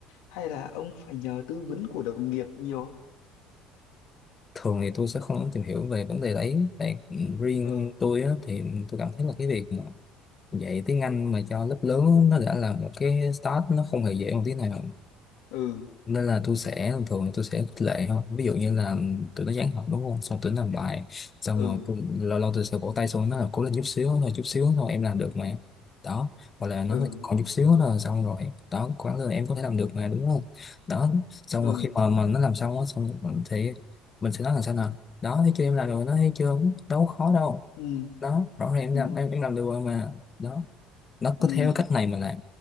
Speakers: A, on the left (about 65°); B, on the left (about 30°).
A: hay là ông phải nhờ tư vấn của đồng nghiệp nhiều không
B: thường thì tôi sẽ không lắm tìm hiểu về vấn đề đấy tại ừ, riêng
A: ừ
B: tôi á, thì tôi cảm thấy là cái việc mà dạy tiếng Anh mà cho lớp lớn á, nó đã là một cái start nó không hề dễ một tí nào
A: ừ
B: nên là tôi sẽ thường thường là tôi sẽ khích lệ thôi ví dụ như là tụi nó dán học đúng không xong tụi nó làm bài xong
A: ừ
B: rồi tôi, lâu lâu tôi sẽ vỗ tay xuống nó là cố lên chút xíu thôi chút xíu thôi em làm được mà đó hoặc là nó
A: ừ
B: còn chút xíu nữa là xong rồi đó quán rồi em có thể làm được mà đúng không đó xong
A: ừ
B: rồi khi mà mà nó làm xong á xong rồi thì mình sẽ nói là sao nào đó thấy chưa em làm được rồi, nó thấy chưa đâu có khó đâu
A: ừ
B: đó rõ ràng em
A: đúng
B: làm
A: rồi
B: em, em làm được rồi mà đó nó
A: ừ
B: cứ theo cách này mình làm